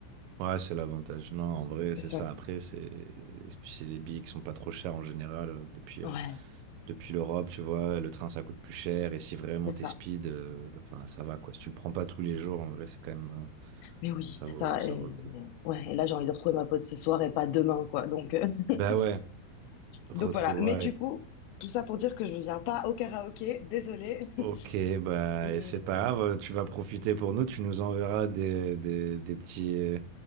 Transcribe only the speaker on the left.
c'est
ça.
Ouais,
c'est
ça.
Mais oui,
c'est
ça.
Et,
ouais, et là, j'ai envie de retrouver ma pote ce soir et pas demain, quoi. Donc, euh, <laughs>
donc voilà. Mais du coup, tout ça pour dire que je ne viens pas au karaoké, désolée.
<laughs>
Mais
euh,